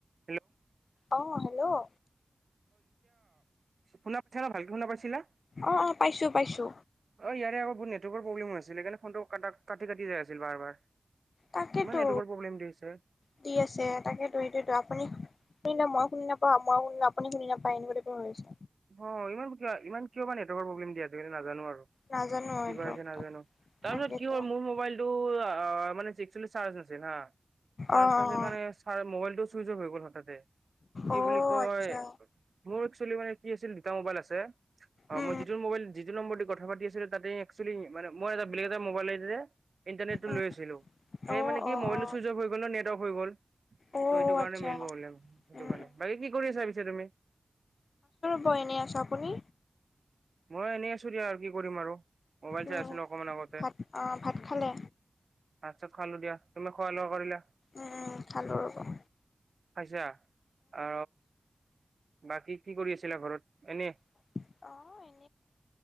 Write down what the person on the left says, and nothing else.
অ হেল্ল'
অ অ পাইছো পাইছো
তাকেতো
দি আছে তাকেতো সেইটোতো আপুনি মই শুনি নাপাও মই শুনিলে আপুনি শুনি নাপায় এনেকোৱাই হৈ আছে
নাজানো
এইটো
তাকেতো
অঁ
অঁ অঁ
আচ্ছা
উম
উম
অঁ
অঁ
অঁ
অঁ
আচ্ছা
উম উম
হয় এনেই আছোঁ আপুনি?
উম
ভাত অঁ ভাত খালে
উম খালো ৰবা
অ